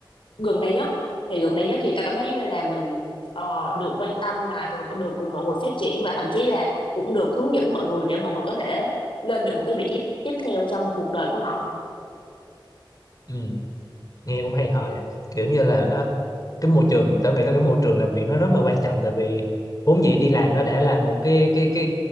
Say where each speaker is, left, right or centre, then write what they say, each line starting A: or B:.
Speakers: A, on the left; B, on the left.
A: gần đây nhất thì gần đây nhất thì ta cảm thấy giống như là mình ờ, được quan tâm là được, được cùng mọi người phát triển và thậm chí là cũng được hướng dẫn mọi người để mọi người có thể lên được một cái vị trí tiếp theo trong cuộc đời của họ
B: ừ nghe cũng hay ho nha kiểu như là nó cái môi trường tao nghĩ là cái môi trường làm việc nó rất là quan trọng tại vì vốn dĩ đi làm nó đã là một cái cái cái